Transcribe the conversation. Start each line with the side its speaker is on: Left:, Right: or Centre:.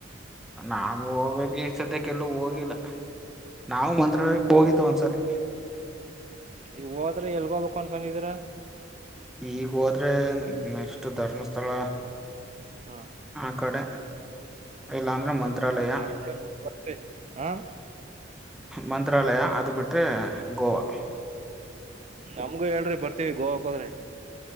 Centre: ನಾವು ಹೋಗ್ಬೇಕ ಈ ಸದ್ಯಕ್ಕೆಲ್ಲು ಹೋಗಿಲ್ಲ ನಾವು ಮಂತ್ರಾಲಯಕ್ಕೆ ಹೋಗಿದ್ದ ಒಂದ್ಸರಿ.
Right: ನೀವು ಹೋದ್ರೆಎಲ್ ಹೋಗಬೇಕು ಅನ್ಕೊಂಡಿದೀರಾ
Centre: ಈಗ ಹೋದ್ರೆ ನೆಕ್ಸ್ಟ್ ಧರ್ಮಸ್ಥಳ
Right: ಹಾ,
Centre: ಆ ಕಡೆ ಇಲ್ಲಾಂದ್ರೆ ಮಂತ್ರಾಲಯ
Right: ಹ್ಮ್ ನಮ್ಗೆ ಬರ್ತೀವಿ ಹ
Centre: ಮಂತ್ರಾಲಯ ಅದು ಬಿಟ್ಟರೆ ಗೋವಾ. -
Right: ನಮ್ಗು ಹೇಳ್ರಿ ಬರ್ತವಿ ಗೋವಾಕ ಕೋದ್ರೆ.